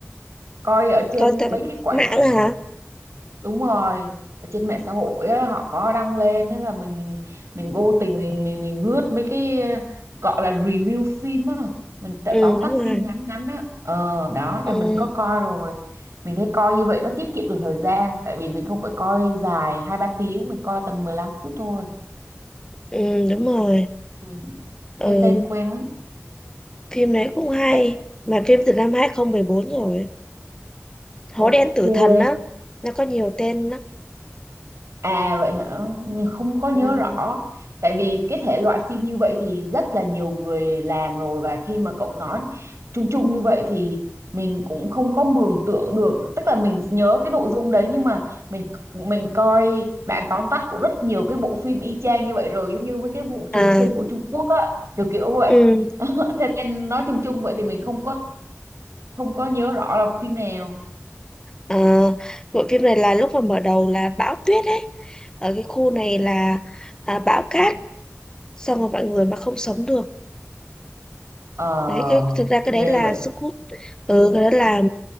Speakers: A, on the right; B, on the left.
A: coi ở trên
B: Có tận
A: mấy cái quảng
B: mạng
A: ừ,
B: hả?
A: đúng rồi ở trên mạng xã hội á, họ có đăng lên thế là mình mình vô tình mình mình mình lướt mấy cái ờ, gọi là review phim á mình tự
B: Ừ,
A: tóm tắt
B: đúng rồi.
A: phim ngắn ngắn á ờ đó là
B: Ừ,
A: mình có coi rồi mình thấy coi như vậy nó tiết kiệm được thời gian tại vì mình không phải coi dài hai ba tiếng mình coi tầm 15 phút thôi
B: ừ đúng rồi.
A: Ừ.
B: Ừ,
A: Cái tên quen lắm.
B: phim đấy cũng hay.
A: Bệnh-
B: Mà phim từ năm 2014 rồi. Hố
A: Ok.
B: đen tử thần á, nó có nhiều tên lắm.
A: À vậy hả? Không có
B: Ừ.
A: nhớ rõ. Tại vì cái thể loại phim như vậy thì rất là nhiều người làm rồi và khi mà cậu nói chung chung như vậy thì mình cũng không có mường tượng được. Tức là mình nhớ cái nội dung đấy nhưng mà mình mình coi bản tóm tắt của rất nhiều cái bộ phim y chang như vậy rồi giống như với cái vụ trùng
B: À,
A: sinh của Trung Quốc á, kiểu kiểu vậy.
B: ừ.
A: <laughs> Thế nên nói chung chung vậy thì mình không có không có nhớ rõ là phim nào
B: Ờ, bộ phim này là lúc mà mở đầu là bão tuyết ấy ở cái khu này là à, bão cát xong rồi mọi người mà không sống được
A: Ờ,
B: đấy cái thực ra cái
A: ghê
B: đấy là
A: vậy.
B: sức hút ừ, cái đó là